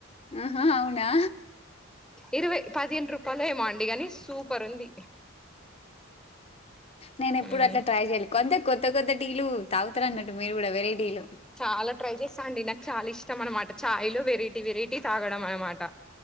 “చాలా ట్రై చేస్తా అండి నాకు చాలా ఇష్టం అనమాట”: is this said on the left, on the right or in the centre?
Centre